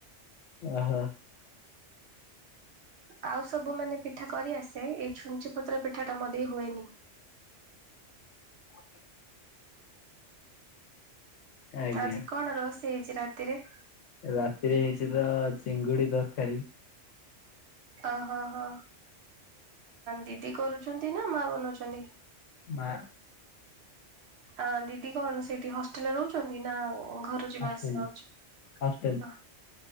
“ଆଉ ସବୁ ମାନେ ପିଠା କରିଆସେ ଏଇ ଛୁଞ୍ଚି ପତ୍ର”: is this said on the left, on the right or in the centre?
Right